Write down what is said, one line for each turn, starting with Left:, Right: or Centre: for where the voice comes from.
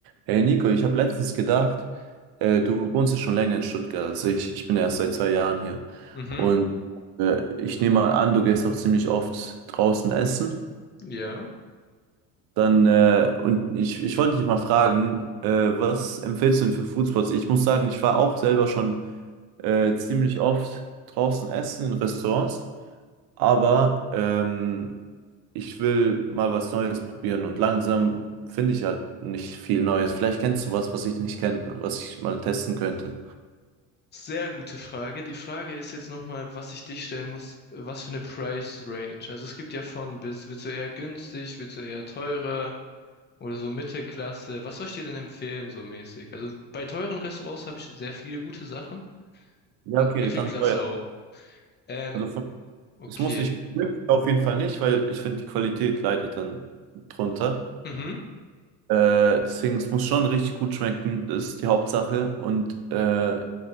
Right: Hey Nico, ich habe letztens gedacht, äh, du wohnst ja schon länger in Stuttgart als ich. Ich bin ja erst seit zwei Jahren hier.
Left: Mhm,
Right: Und äh, ich nehme mal an, du gehst auch ziemlich oft draußen essen.
Left: ja.
Right: Dann, äh, und ich, ich wollte dich mal fragen, äh, was empfiehlst du denn für Foodspots? Ich muss sagen, ich war auch selber schon äh, ziemlich oft draußen essen in Restaurants. Aber ähm, ich will mal was Neues probieren und langsam finde ich halt nicht viel Neues. Vielleicht kennst du was, was ich nicht kenne, was ich mal testen könnte.
Left: Sehr gute Frage. Die Frage ist jetzt nochmal, was ich dich stellen muss, was für eine Price Range. Also es gibt ja von bis, willst du eher günstig, willst du eher teurer oder so Mittelklasse? Was soll ich dir denn empfehlen, so mäßig? Also bei teuren Restaurants habe ich sehr viele gute Sachen
Right: Ja,
Left: und
Right: okay,
Left: Mittelklasse
Right: dann teuer.
Left: auch. Ähm,
Right: Also von,
Left: okay.
Right: es muss nicht, auf jeden Fall nicht, weil ich finde, die Qualität leidet dann drunter.
Left: Mhm.
Right: Äh, deswegen, es muss schon richtig gut schmecken, das ist die Hauptsache. Und äh,